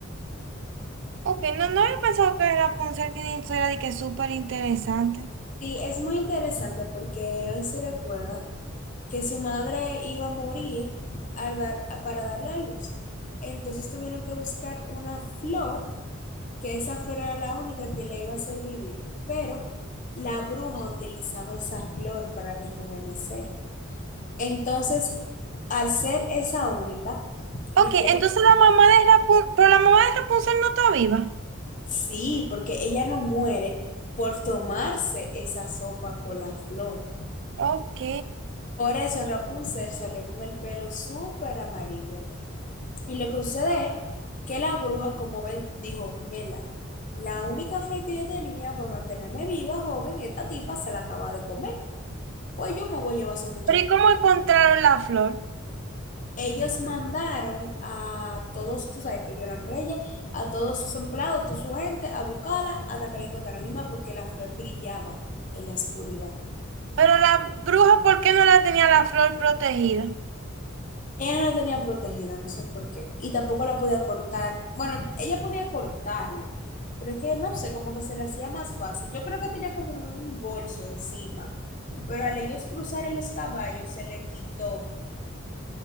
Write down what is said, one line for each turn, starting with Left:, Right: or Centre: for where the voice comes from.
Right: Ok, no, no había pensado que Rapunzel que eso era de que súper interesante.
Left: Sí, es muy interesante porque, no sé si recuerda, que su madre iba a morir al dar- para darle a luz. Entonces tuvieron que buscar una flor, que esa flor era la única que la iba a hacer vivir, pero la bruja utilizaba esa flor para rejuvenecer. Entonces, al ser esa única,
Right: Ok,
Left: le hicieron,
Right: entonces la mamá de Rapunzel, pero la mamá de Rapunzel no está viva.
Left: sí, porque ella no muere por tomarse esa sopa con la flor.
Right: Ok.
Left: Por eso Rapunzel salió con el pelo súper amarillo. Y lo que sucede es que la bruja, como ve, dijo, mierda, la única flor que yo tenía para mantenerme viva, joven, esta tipa se la acaba de comer. Pues yo me voy a llevar a su muchacho.
Right: Pero ¿y cómo encontraron la flor?
Left: Ellos mandaron a todos, tú sabes que ellos eran reyes, a todos sus empleados, toda su gente, a buscarla hasta que la encontraron misma porque la flor brillaba en la oscuridad.
Right: Pero la bruja, ¿por qué no la tenía la flor protegida?
Left: Ella no la tenía protegida, no sé por qué. Y tampoco la podía cortar. Bueno, ella podía cortarla, pero es que no sé, como que se le hacía más fácil. Yo creo que tenía como un bolso encima, pero al ellos cruzar en los caballos se le quitó